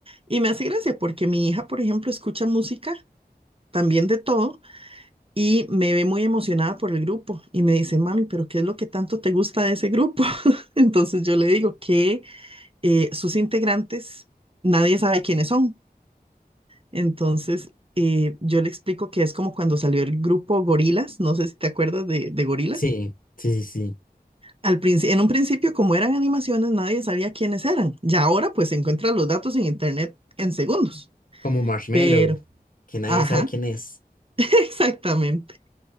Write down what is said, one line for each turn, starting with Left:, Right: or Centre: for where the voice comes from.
Right: Y me hace gracia porque mi hija, por ejemplo, escucha música también de todo y me ve muy emocionada por el grupo y me dice, mami, pero ¿qué es lo que tanto te gusta de ese grupo? <laughs> Entonces yo le digo que eh, sus integrantes, nadie sabe quiénes son. Entonces eh, yo le explico que es como cuando salió el grupo Gorilas, no sé si te acuerdas de, de Gorilas.
Left: Sí, sí, sí, sí.
Right: Al princi- en un principio, como eran animaciones, nadie sabía quiénes eran. Ya ahora pues se encuentran los datos en internet en segundos.
Left: Como Marshmallow,
Right: Pero,
Left: que nadie
Right: ajá,
Left: sabe quién es.
Right: <laughs> exactamente.